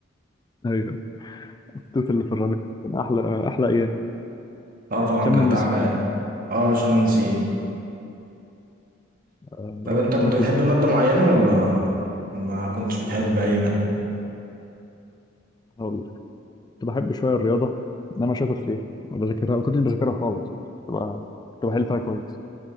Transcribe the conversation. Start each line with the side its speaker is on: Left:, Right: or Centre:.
Left: ايوه التوت اللي في الربيع كان احلى احلى ايام
Right: اه طبعا
Left: شم
Right: كانت
Left: النسيم
Right: أحلى يعني اه عشان نسيم
Left: آه،
Right: طب
Left: نروح
Right: أنت
Left: ناكل
Right: كنت بتحب
Left: توت
Right: مادة معينة ولا ما كنتش بتحب أي مادة؟
Left: هقول لك. كنت بحب شويه الرياضه ان انا شاطر فيها ما بذاكرها ما كنتش بذاكرها خالص كنت بقى- كنت بحل فيها كويس